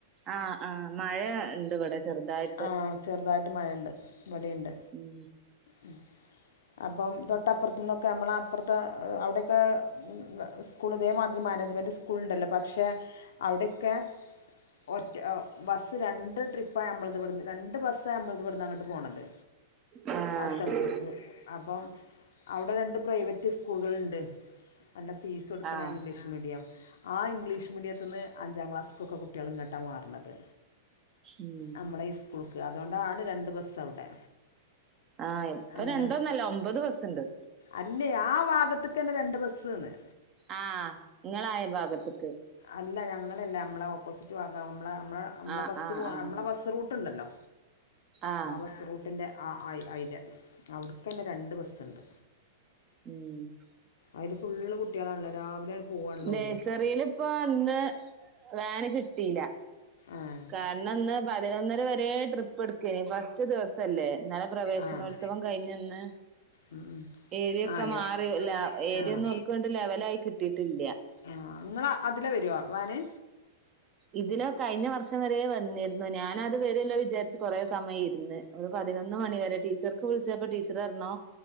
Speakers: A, on the right; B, on the left.
A: ആഹ് ആഹ് മഴണ്ട് ഇവിടെ ചെറുതായിട്ട്
B: ആ ചെറുതായിട്ട് മഴയുണ്ട് ഇവിടെണ്ട്
A: ഉം
B: ഉം അപ്പം തൊട്ടപ്പുറത്തു നിന്നൊക്കെ നമ്മള അപ്പുറത്തെ അവിടെയൊക്കെ സ്കൂൾ ഇതേമാതിരി മാനേജ്മെന്റ് സ്കൂൾ ഉണ്ടല്ലോ പക്ഷെ അവിടെയൊക്കെ ഒറ്റ ബസ്സ് രണ്ട് ട്രിപ്പാണ് നമ്മളവിടന്ന് രണ്ട് ബസ്സാ നമ്മളത് ഇവിടന്ന് അങ്ങോട്ട് പോണത്
A: ആഹ് ആഹ്
B: ആ സ്ഥലംത്തേക്ക് അപ്പം അവിടെ രണ്ട് പ്രൈവറ്റ് സ്കൂളുകൾണ്ട് നല്ല ഫീസ് എടുക്കണം
A: ആഹ്
B: ഇംഗ്ലീഷ് മീഡിയം ആ ഇംഗ്ലീഷ് മീഡിയത്തി നിന്ന് അഞ്ചാം ക്ലാസ്സൊക്കെ കുട്ടികൾ ഇങ്ങോട്ടാ മാറണത്
A: ഉം
B: നമ്മുടെ ഈ സ്കൂളക്ക് അതുകൊണ്ടാണ് രണ്ട് ബസ്സ് അവിടെ
A: ആഹ് ഇപ്പ
B: അങ്ങനെ
A: രണ്ടോന്നല്ല ഒമ്പത് ബസ്സുണ്ട്
B: അല്ലേ ആ ഭാഗത്തക്ക തന്നെ രണ്ട് ബസ്സ്ന്ന്
A: ആഹ് നിങ്ങള അയൽ ഭാഗത്തക്ക്
B: അല്ല ഞങ്ങളല്ല നമ്മളെ ഓപ്പോസിറ്റ് <unintelligible> നമ്മളെ നമ്മളെ
A: ആഹ് ആഹ് ആഹ്
B: ബസ് റൂട്ടുണ്ടല്ലോ
A: ആഹ്
B: അവി ബസ് റൂട്ടിന്റെ അ അയിലെ അവട്ക്ക് തന്നെ രണ്ട് ബസ്ണ്ട്
A: ഉം
B: അതില് ഫുള്ള് കുട്ടികളാണല്ലോ രാവിലെ പോവാണല്ലോ
A: നേഴ്സറിൽ
B: ഓല്
A: ഇപ്പ ഇന്ന് വാന് കിട്ടിയില്ല
B: ആഹ്
A: കാരണം ഇന്ന് പതിനൊന്നര വരെ ട്രിപ്പ് എടുകേനി ഫസ്റ്റ് ദിവസ ദിവസല്ലേ ഇന്നലെ പ്രവേശനോത്സവം
B: ആഹ്
A: കഴിഞ്ഞന്ന്
B: ഉം ഉം
A: ഏരിയൊക്കെ
B: ആഹ്
A: മാറി
B: ആഹ്
A: ഏരിയ
B: ആഹ്
A: ഒന്നും അവർക്ക് ലെവല് ആയി കിട്ടിയിട്ടില്ല
B: ആഹ് നിങ്ങള അതിലെ വരുവോ വാന്
A: ഇതിലെ കഴിഞ്ഞ വർഷം വരെ വന്നിരുന്നു ഞാന് അത് വരുവല്ലോ വിചാരിച്ച് കൊറെ സമയം ഇരുന്ന് ഒരു പതിനൊന്ന് മണിവരെ ടീച്ചർ സ്കൂൾ വിളിച്ചപ്പോ ടീച്ചർ പറഞ്ഞു